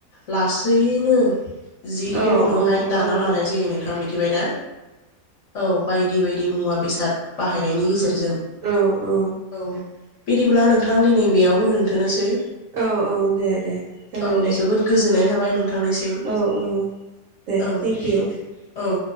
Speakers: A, on the left; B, on the right.
A: लासैैनो। जिखौ
B: औ
A: उनावहाय
B: औ
A: दाना
B: औ
A: लानाय जायो नोंथाङा मिथिबाय ना। औ बायदि बायदि मुवा बेसाद बाहायनायनि गेजेरजों।
B: औ औ
A: औ बिदिब्ला नोंथां दिनै बेयावनो दोनथनोसै।
B: औ औ दे दे जागोन
A: औ
B: दे
A: जोबोद गोजोननाय थाबाय नोंथांनिसिम
B: औ औ दे
A: औ औ।
B: थेंक इउ